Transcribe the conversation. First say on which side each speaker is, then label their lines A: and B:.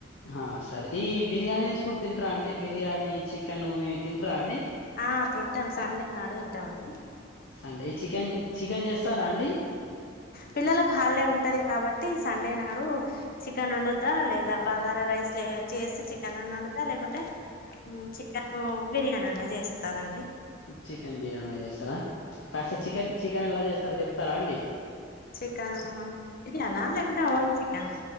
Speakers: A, on the left (about 80°); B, on the left (about 50°).
A: ఆ సరే ఈ బిర్యానీస్ కూడా తింటరా అండి. బిర్యానీ, చికెను ఇవి తింటారా అండి
B: ఆ తింటాం సండే ఈ నాడ తింటామా అండి
A: సండే ఈ చికెన్ చికెన్ చేస్తారా అండి.
B: పిల్లలకు హాలిడే ఉంటది కాబట్టి. సండే నాడు చికెన్ వండుతా లేదా, బగారా రైస్ లే చేసి చికెనన్న వండుతా లేకుంటే. హ్మ్ చికెను బిర్యానన్న అ జెస్తానండి
A: చికెన్ బిర్యానీ చేస్తారా కాస్త చికెన్ చికెన్ ఎలా చేస్తారు చెప్తారా అండి.
B: చికెను అన్ బిర్యానా లేకుంటే ఓన్లీ చికన్